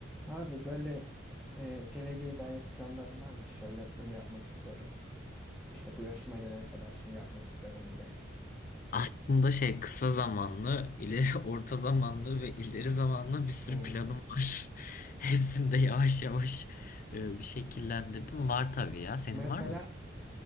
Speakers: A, in the centre; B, on the left (about 45°).
A: Abi böyle e, geleceğe dair planlarım var mı? Şöyle bunu yapmak istiyorum. İşte bu yaşıma gelene kadar şunu yapmak istiyorum gibi.
B: Aslında şey kısa zamanlı, ileri <laughs> orta zamanlı ve ileri zamanlı bir sürü
A: Hmm.
B: planım var. <laughs> Hepsini de yavaş yavaş e, bir şekillendirdim. Var tabii ya. Senin
A: Mesela
B: var mı?